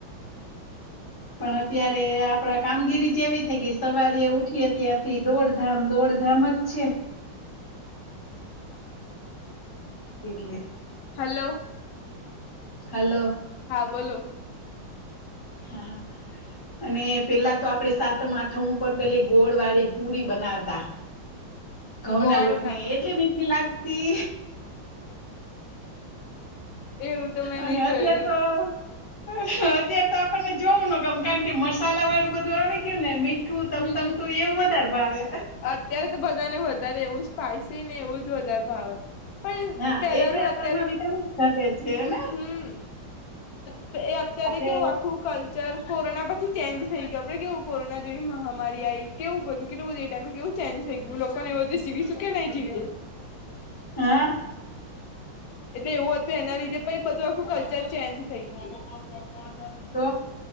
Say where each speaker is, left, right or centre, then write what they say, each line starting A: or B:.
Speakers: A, on the left; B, on the left.
A: પણ અત્યારે આપડા કામગીરી જેવી થઈ ગઈ સવારે ઉઠીએ ત્યાંથી દોડધામ દોડધામ જ છે. એટલે
B: હાલો.
A: હાલો.
B: હા બોલો
A: હા હા. અને પેલા તો આપડે સાતમ આઠમ ઉપર પેલી ગોળ વાળી પુરી બનાવતા ઘઉં
B: ગોળ
A: ના લોટ ને
B: નાખે
A: એટલી મીઠી લાગતી
B: એવું તો મેં
A: અને
B: ની જોયલું
A: અત્યાર તો અત્યારે તો આપણને જોવું ન ગમ કારણ કે મસાલા વાળું બધું આવી ગયું ને મી ઠું તમ
B: હમ
A: તમ તું એવું વધારે ભાવે
B: અત્યારે તો બધાને વધારે એવું સ્પાઈસીને એવું જ વધારે ભાવે પણ
A: હા
B: પેલાનું
A: એટલે આપડામાં
B: અત્યારે
A: વિટામીન્સ ઘટે છે, ને
B: હમ એ અત્યારે
A: આપડે
B: કેવું આખું કલ્ચર કોરોના પછી ચેન્જ થઈ ગયું આપડે કેવું કોરોના જેવી મહામારી આયી કેવું બધું કેટલું બધું એ ટાઈમે કેવું ચેન્જ થઈ ગયું લોકોને એવુંતુ જીવીશું કે નહીં જીવું
A: હા.
B: એટલે એવું હતું એના લીધે પણ બધું આખું કલ્ચર ચેન્જ થઈ ગયું.
A: તો